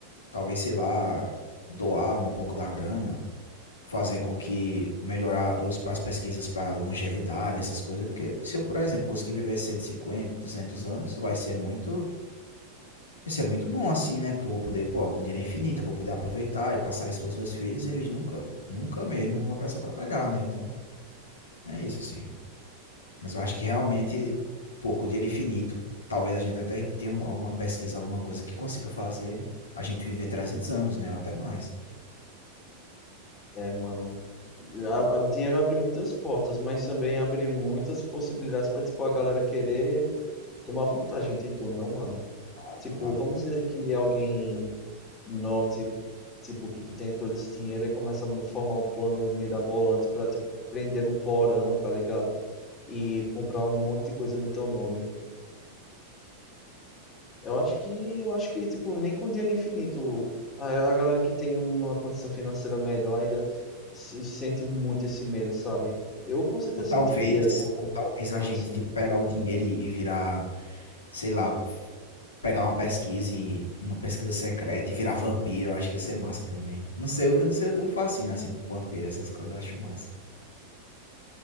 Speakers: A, on the left; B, on the left.
A: talvez, sei lá, doar um pouco da grana fazer com que melhorar os- as pesquisas para longevidade, essas coisas, porque se eu, por exemplo, conseguir viver 150 200 anos, vai ser muito, vai ser muito bom assim, né? Porque eu vou poder, pô, o dinheiro é infinito, eu vou poder aproveitar e passar isso pros meus filhos e eles nunca, nunca mesmo não vão precisar trabalhar, né? Então, é isso assim. Mas eu acho que realmente, pô, com o dinheiro infinito, talvez a gente até tenha um- alguma pesquisa, alguma coisa que consiga fazer né? a gente viver 300 anos, né? Ou até mais.
B: é, mano, a, a- dinheiro abre muitas portas, mas também abre muitas possibilidades para tipo a galera querer tomar vantagem de tu, não, mano?
A: Claro,
B: Tipo,
A: claro.
B: vamos dizer que alguém note, tipo, que tu tem todo esse dinheiro e começa a formar um plano mirabolante pra te prender num porão, tá ligado? E comprar um monte de coisa no teu nome. Eu acho que, eu acho que, tipo, nem com dinheiro infinito, a, a galera que tem uma condição financeira melhor ainda se- sente muito esse medo, sabe? Eu com certeza
A: Ou talvez,
B: sentiria,
A: ou talvez a
B: assim.
A: gente tipo, pegar o dinheiro e, e virar, sei lá, pegar uma pesquisa e uma pesquisa secreta e virar vampiro, eu acho que ia ser massa também. Não sei, eu eu não sei, eu tenho um fascínio assim por vampiro, essas coisas, eu acho massa. Com